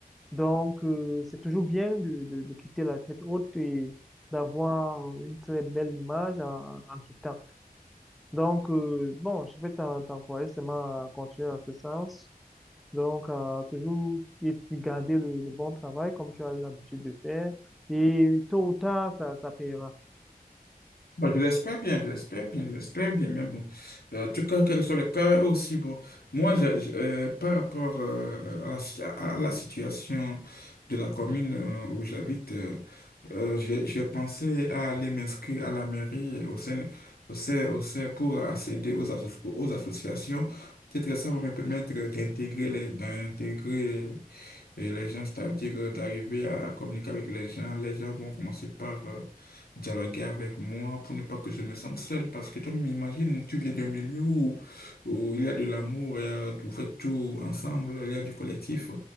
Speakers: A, in the centre; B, on the left (about 80°).
A: Donc, euh, c'est toujours bien de, de, de quitter la tête haute et d'avoir une très belle image en, en quittant. Donc, euh, bon, je vais t'en- t'encourager seulement à continuer dans ce sens. Donc, à toujours et- garder le, le bon travail comme tu as eu l'habitude de faire. Et tôt ou tard, ça, ça payera.
B: Bon, je l'espère bien, je l'espère bien, je l'espère bien, mais bon. Euh, En tout cas, quel que soit le cas, eux aussi, bon, moi, je- je- euh, par rapport euh, à la, si- à la situation de la commune euh, où j'habite, euh, euh, j'ai j'ai pensé à aller m'inscrire à la mairie au sein, au sein, au sein pour accéder aux, asso- aux associations. Peut-être que ça va me permettre d'intégrer les, d'intégrer et les gens, c'est-à-dire euh, d'arriver à communiquer avec les gens. Les gens vont commencer par euh, dialoguer avec moi pour ne pas que je me sente seul. Parce que tu m'imagines, tu viens d'un milieu où, où il y a de l'amour, et, euh, vous faites tout ensemble, il y a du collectif.